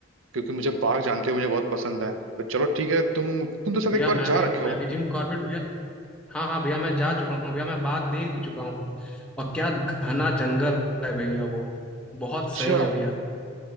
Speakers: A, on the right (about 75°); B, in the centre.
A: क्योंकि मुझे बाघ जानते हो मुझे बहुत पसंद है तो चलो ठीक है तुम तुम तो शायद
B: भैया
A: एक बार
B: मैं
A: जा
B: भी
A: रखे
B: मैं
A: हो
B: भी जिम कॉर्बेट भैया हाँ हाँ भैया मैं जा चुका हूँ भैया मैं बाघ देख भी चुका हूँ और क्या घना जंगल है भैया वो बहुत
A: अच्छा
B: सही है भैया